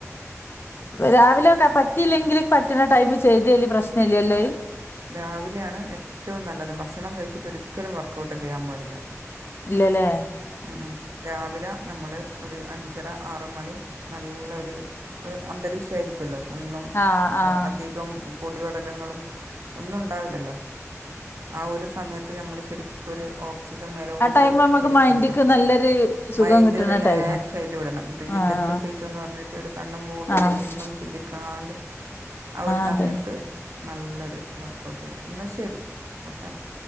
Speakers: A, on the left; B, on the right.
A: രാവിലെക്കെ പറ്റിയില്ലെങ്കിൽ പറ്റ്ണ ടൈമ് ചെയ്തേല്യ പ്രശ്നഇല്ലല്ലേ അത്.
B: രാവിലെയാണ് ഏറ്റവും നല്ലത് ഭഷണം കഴിച്ചിട്ട് ഒരിക്കലും വർക്കൗട്ട് ചെയ്യാൻ പാടില്ല.
A: ഇല്ലലെ.
B: മ് ഹ് രാവിലെ നമ്മൾ ഒരു അഞ്ചര ആറ് മണി നല്ലൊര് ഒഹ് അന്തരീക്ഷയിരിക്കുല്ലോ ഒന്നും
A: ആഹ് ആഹ്
B: വൊ അതി ലും പൊടിവടലങ്ങളും ഒന്നു ഉണ്ടാവില്ലല്ലോ ആഹ് ഒരു സമയത്ത് നമ്മള് ശരിക്കും ഒരു ഓക്സിജൻ മേലോട്ട്
A: ആ ടൈം നമ്മുക്ക്
B: വലിച്ചെടും
A: മൈൻഡ്ക്ക് നല്ലൊരു സുഖം
B: മൈൻഡ്
A: കിട്ടണ
B: റിലാക്സയിട്ട്
A: ടൈമാ
B: വിടണം ബ്രീത്ത്
A: ആഹ്
B: എക്സസൈസ്
A: ആഹ്
B: എന്ന് പറഞ്ഞിട്ട് രു കണ്ണും പൂട്ടിട്ട്
A: ആഹ്
B: ഒ ന്നും ചിന്തിക്കാണ്ട് ആ ഒരു
A: അതന്നെ
B: സമയത്ത് നല്ലൊരു വർക്കൗട്ടെയും ന്നാ ശരി ഓക്കെ